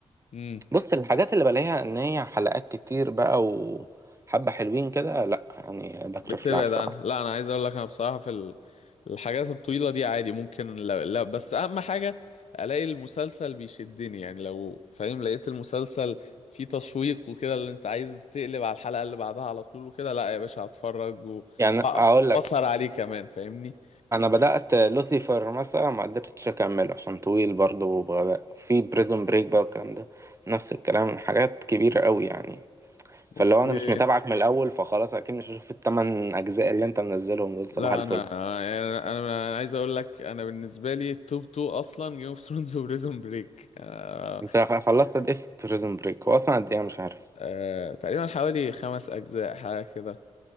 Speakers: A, on the left; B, on the right.
A: امم
B: بص الحاجات اللي بلاقيها إن هي حلقات كتير بقى وحبة حلوين كده لأ يعني بكرف
A: بتبعد
B: لها بصراحة
A: عنها لا انا عايز اقول لك انا بصراحه في ال- الحاجات الطويله دي عادي ممكن لا, لا بس اهم حاجه الاقي المسلسل بيشدني يعني لو فاهم لقيت المسلسل فيه تشويق وكده اللي انت عايز تقلب على الحلقه اللي بعدها على طول وكده لا يا باشا هتفرج و-
B: يعني
A: وأ-
B: اقول
A: واسهر
B: لك
A: عليه كمان فاهمني
B: انا بدات لوسيفر مثلا ما قدرتش اكمله عشان طويل برضه وبغباء في بريزون بريك بقى والكلام ده نفس الكلام حاجات كبيره قوي يعني فلو
A: اوكي
B: انا مش متابعك من الاول فخلاص اكيد مش هشوف الثمان اجزاء اللي انت منزلهم دول صباح
A: لا
B: الفل
A: انا انا أنا عايز اقول لك انا بالنسبه لي التوب 2 اصلا جيم اوف ثرونز وبريزون بريك أه
B: انت خ- خلصت قد ايه في بريزون بريك واصلا قد ايه أنا مش عارف
A: أه تقريبا حوالي خمس اجزاء حاجه كده